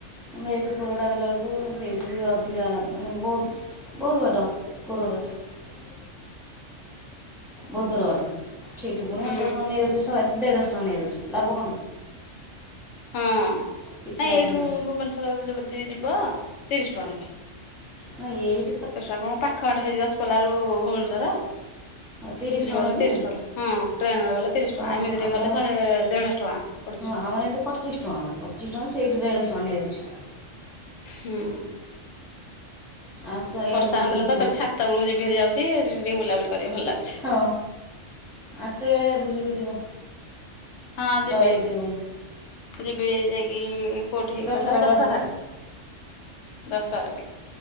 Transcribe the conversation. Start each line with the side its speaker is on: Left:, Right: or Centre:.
Centre: ଆମର ଏଇଠୁ କୋରଡା ଗଲା ବେଳକୁ ସେଇଠୁ ବି ଅଧିକା ମାନେ ବହୁତ ବହୁତ ବାଟ କୋରଡାଠୁ। ହୁଁ ଭଦ୍ରକଠୁ ସେଇଠୁ ପୁଣି
Left: ହୁଁ
Centre: ଅଟୋ କଣ ନେଇଯାଉଛି ଶହେ ଦେଢଶହ ଟଙ୍କା ନେଇଯାଉଛି ଲଭ କଣ?
Left: ହଁ ନାଇଁ
Centre: କିଛି ଲାଭ
Left: ଏଇଠୁ
Centre: ନାହିଁ।
Left: ଭୁବନେଶ୍ଵର ଯଦି ଯିବ ତିରିଶ ଟଙ୍କା ଲେଖେ।
Centre: ମ ଏଇ
Left: ସେଟା କଣ ପାଖ ବାଟ ହେଇଛି ଦଶପଲ୍ଲା ରୁ ଭୁବନେଶ୍ୱର।
Centre: ତିରିଶ
Left: ଯିବ
Centre: ଟଙ୍କା
Left: ଗଲେ
Centre: ନେଉଛି।
Left: ତିରିଶ ଟଙ୍କା ହଁ ଟ୍ରେନରେ ଗଲେ ତିରିଶ
Centre: ହଁ
Left: ଟଙ୍କା ଏମିତି
Centre: ଆମର
Left: ରେ ଗଲେ ଶହେ ଦେଢଶହ ଟଙ୍କା। ପଡୁଛି
Centre: ହଁ ଆମର ଏମିତି ପଚିଶ ଟଙ୍କା ଦ ପଚିଶ ଟଙ୍କା ସେଇଠୁ ଦେଢ ଟଙ୍କା ନେଇଯାଉଛି।
Left: ହୁ
Centre: ଆସ ଇଆଡ଼େ
Left: ବର୍ଷା
Centre: ବୁଲିକି
Left: ହଉଥିଲା
Centre: ଯିବ।
Left: ତ କହିଲି ଛାତ ବେଳକୁ ଯିବି ହେରି ଯାଉଛି ରି ବୁଲାବୁଲି କରିବାକୁ ଭଲ ଲାଗୁଛି।
Centre: ହଁ ଅସେଲେ ବୁଲିକି ଯିବ।
Left: ହଁ ଯିବି
Centre: ଦରେଇ ଦୁମି।
Left: ଯିବି ଯାଇକି କୋଉଠି
Centre: ଦଶହରାକୁ
Left: କହିଲ ଦଶହରାରେ
Centre: ଆସିବ।
Left: ଦଶହରାରେ।